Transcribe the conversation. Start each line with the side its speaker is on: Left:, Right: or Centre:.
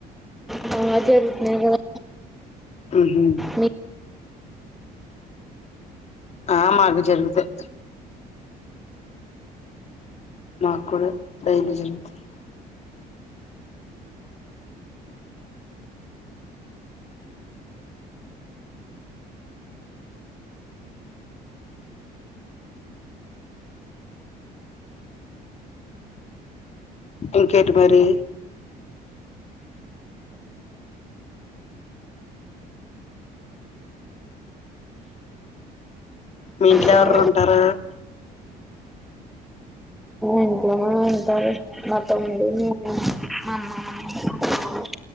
Centre: బాగా జరుగుతున్నాయి కదా
Left: మ్ హుమ్
Centre: మీ
Left: ఆ మాకు జరుగుతాయి మాకు కూడా డైలీ జరుగుతాయి ఇంకేటి మరీ మీ ఇంట్లో
Centre: మా
Left: ఎవర్రెరు ఉంటారూ
Centre: ఇంట్లోనే ఉంటారు మా తమ్ముడు నేను మా అమ్మ మా నాన్న మా మామ